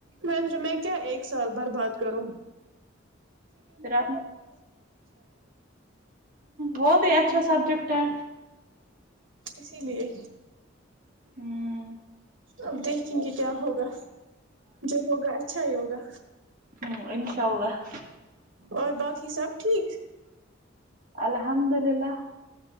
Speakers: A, on the right; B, on the right.
A: میں میں کیا ایک سال بر باد کرو
B: ہ وہ بھی اچھا سبجیکٹ ہے
A: اسی لیے
B: ہ
A: اب دیکھیں گے کیا ہوگا جو ہوگا اچھا ہی ہوگا
B: ہ انشاء اللہ
A: اور باقی سب ٹھیک
B: الحمد للہ